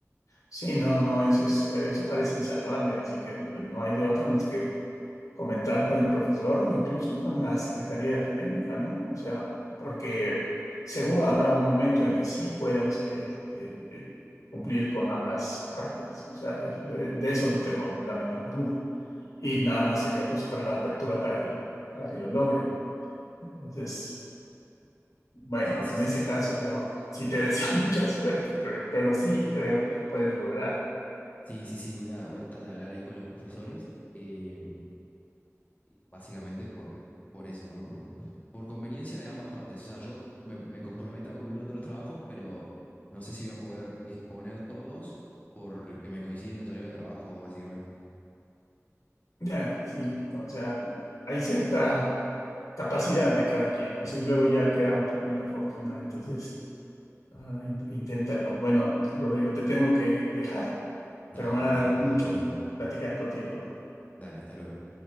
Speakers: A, on the left; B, on the left.
A: sí, no, no, eso es, eso parece insalvable, así que no hay de otra más que comentar con el profesor o incluso con la secretaría académica, ¿no? O sea, porque seguro habrá un momento en que sí puedas, este, eh, cumplir con ambas partes. O sea, es- eh, de eso no tengo la menor duda. y nada más sería buscar la apertura para que lo, para que lo logren. Entonces, bueno,
B: Sí, sí,
A: en
B: sí,
A: ese
B: sí.
A: caso yo sí te deseo <laughs> mucha suerte, pero, pero sí creo que lo puedes lograr.
B: Sí, sí, sí, voy a, voy a tratar de hablar ahí con los profesores, eh, básicamente por, por eso, ¿no? Por, por conveniencia de ambas partes. O sea, yo me, me comprometo a cumplir con todos los trabajos, pero no sé si voy a poder exponer todos porque me coinciden los horarios de trabajo, básicamente.
A: Ya, sí, o sea, hay cierta capacidad de cada quien, ¿no? O sea, y luego ya queda un poco en la fortuna, entonces ah, in- inténtalo. Bueno, Rodrigo, te tengo que dejar,
B: Dale,
A: pero me
B: perfecto,
A: ha dado mucho
B: Isma.
A: platicar contigo.
B: Dale, hasta luego.